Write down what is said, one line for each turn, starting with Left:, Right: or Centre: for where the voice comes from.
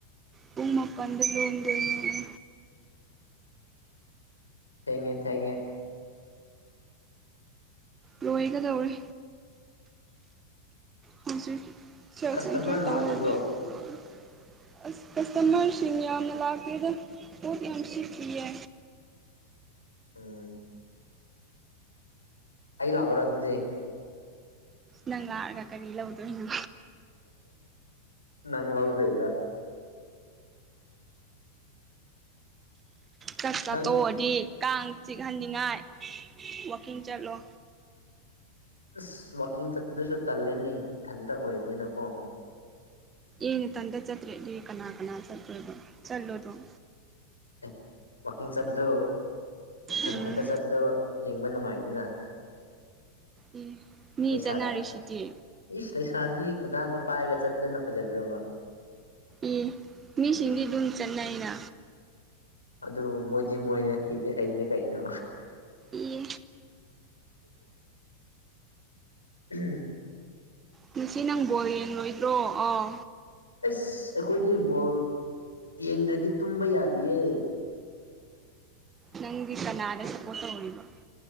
Right: ꯄꯨꯡꯃꯄꯥꯟꯗ ꯂꯣꯟꯗꯣꯢꯅꯦ
Left: ꯊꯦꯡꯉꯦ ꯊꯦꯡꯉꯦ
Right: ꯂꯣꯏꯒꯗꯧꯔꯦ ꯍꯧꯖꯤꯛ ꯁꯦꯜ
Left: ꯀꯁꯇꯃꯔ
Right: ꯑꯦꯟꯇ꯭ꯔꯤ ꯇꯧꯔꯗꯤ
Left: ꯂꯥꯛꯏꯕ꯭ꯔꯣ
Right: ꯂꯣꯏꯔꯅꯤ ꯀꯁꯇꯃꯔꯁꯤꯡ ꯌꯥꯝꯅ ꯂꯥꯛꯇꯦꯗ ꯄꯣꯠ ꯌꯥꯝ ꯁꯤꯠꯇꯤꯌꯦ
Left: ꯎꯝ ꯑꯩ ꯂꯥꯛꯑꯣꯔ ꯑꯗꯨꯗꯤ
Right: ꯅꯪ ꯂꯥꯛꯑꯒ ꯀꯔꯤ ꯂꯧꯗꯣꯏꯅꯣ
Left: ꯅꯪ ꯂꯧꯗꯣꯏꯕ
Right: ꯆꯥꯛ ꯆꯥ
Left: ꯅꯪ
Right: ꯇꯣꯛꯑꯗꯤ ꯀꯥꯡ ꯆꯤꯛꯍꯟꯅꯤꯡꯉꯥꯏ ꯋꯥꯛꯀꯤꯡ ꯆꯠꯂꯣ
Left: ꯑꯁ ꯋꯥꯡꯀꯤꯡ ꯆꯠꯄꯗꯨꯁꯨ ꯇꯜꯂꯦꯅꯤ ꯏꯊꯟꯇ ꯑꯣꯏꯕꯅꯤꯅꯀꯣ
Right: ꯏꯊꯟꯗ ꯆꯠꯇ꯭ꯔꯗꯤ ꯀꯅꯥ ꯀꯅꯥ ꯆꯠꯇꯣꯏꯕ ꯆꯠꯂꯣ ꯗꯨꯝ
Left: ꯑꯦ ꯋꯥꯛꯀꯤꯡ ꯆꯠꯄꯗꯨ ꯃꯊꯟ
Right: ꯎꯝ
Left: ꯃꯊꯟꯇ ꯆꯠꯄꯗꯨ ꯌꯦꯡꯕ ꯅꯨꯡꯉꯥꯏꯇꯦꯅ
Right: ꯑꯦ ꯃꯤ
Left: ꯂꯩꯁꯥꯕꯤ
Right: ꯆꯠꯅꯔꯤꯁꯤꯗꯤ
Left: ꯏꯁ ꯂꯩꯁꯥꯕꯤ ꯈꯨꯗꯥꯡꯒ ꯄꯥꯏꯔꯒ ꯆꯠꯄꯗꯅ ꯐꯖꯗ꯭ꯔꯣꯕ
Right: ꯑꯦ ꯃꯤꯁꯤꯡꯗꯤ ꯑꯗꯨꯝ ꯆꯠꯅꯩꯅ
Left: ꯑꯗꯨ ꯃꯣꯏ ꯗꯤ ꯃꯣꯏꯅꯦ ꯑꯩꯗꯤ ꯑꯩꯅꯦ ꯀꯩꯅꯣ
Right: ꯑꯦ
Left: ꯎꯝ
Right: ꯉꯁꯤ ꯅꯡ ꯕꯣꯔ ꯌꯦꯡ ꯂꯣꯏꯗ꯭ꯔꯣ ꯑꯣ
Left: ꯏꯁ ꯑꯩꯈꯣꯏꯗꯤ ꯕꯣꯜ ꯌꯦꯡꯗ꯭ꯔꯗꯤ ꯇꯨꯝꯕ ꯌꯥꯗꯌꯦ
Right: ꯅꯡꯗꯤ ꯀꯅꯥꯗ ꯁꯞꯄꯣꯔꯠ ꯇꯧꯔꯤꯕ